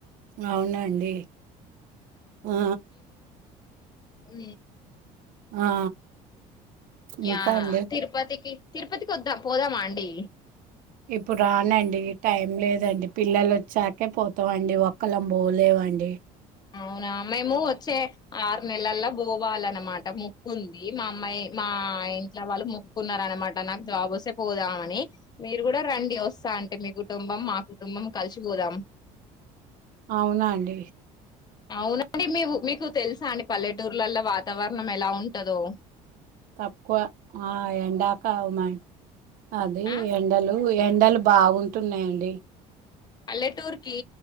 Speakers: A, on the right; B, on the left.
A: అవునండి ఆ
B: ఉ
A: ఆ ఇంకా
B: యా
A: అండి.
B: తిరుపతికి తిరుపతికి వద్దా పోదామా అండి
A: ఇప్పుడు రానండి టైం లేదండి పిల్లలు వచ్చాకే పోతాండి ఒక్కళం పోలే అండి
B: అవునా మేము వచ్చే ఆరు నెలల్ల పోవాలన్నమాట ముక్కు ఉంది మా అమ్మాయి మా మా ఇంట్లో వాళ్ళు మొకున్నారన్న మాట నాకు జాబ్ వస్తే పోదామ అని మీరు కూడా రండి వస్తా అంటే మీ కుటుంబం మా కుటుంబం కలిసి పోదాం
A: అవునా అండి
B: అవునండి మీ మీకు తెలుసా అండి పల్లెటూర్లలో వాతావరణం ఎలా ఉంటదో
A: తక్కువ ఆ ఎండాక మా అది
B: ఆ
A: ఎండలు ఎండలు బాగుంటున్నాయండి
B: పల్లెటూర్ కి